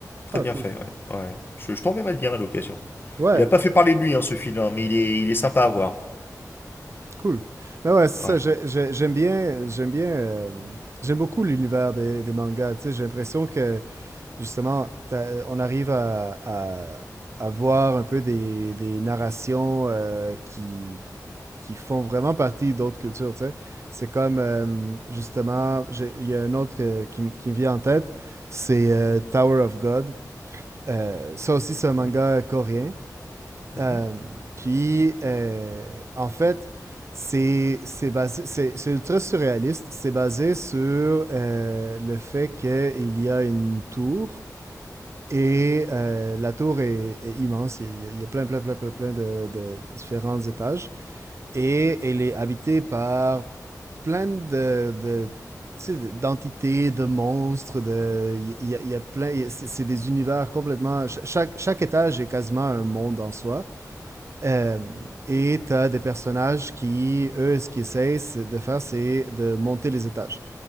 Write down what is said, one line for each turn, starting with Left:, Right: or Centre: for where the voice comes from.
Left: très
Right: Ah,
Left: bien
Right: cool.
Left: fait. Ouais, ouais. ouais. Je, je t'enverrai le lien à l'occasion.
Right: Ouais,
Left: Il a pas fait parler de lui hein, ce film, hein, mais il est il est sympa à voir.
Right: Cool. Ben ouais, c'est
Left: Ouais.
Right: ça. j'ai- j'ai- J'aime bien, j'aime bien, euh, j'aime beaucoup l'univers des, des mangas. Tu sais, j'ai l'impression que justement, t'as- on arrive à, à, à voir un peu des, des narrations euh, qui, qui font vraiment partie d'autres cultures. Tu sais, c'est comme euh, justement, j'ai- il y a un autre que- qui, m- qui me vient en tête, c'est euh, Tower of God. Euh, ça aussi, c'est un manga
Left: ouais.
Right: coréen.
Left: Mhm.
Right: Euh, puis, euh, en fait, c'est c'est basé, c'est c'est ultra surréaliste. C'est basé sur euh, le fait qu'il y a une tour et euh, la tour est, est immense. Il y, a, il y a plein, plein, plein, plein, plein de, de différents étages et elle est habitée par plein de, de tu sais, d'entités, de monstres, de il y, a- il y a plein, il y a- c'est c'est des univers complètement. cha- Chaque, chaque étage est quasiment un monde en soi. Euh, et tu as des personnages qui, eux, ce qu'ils essayent de faire, c'est de monter les étages.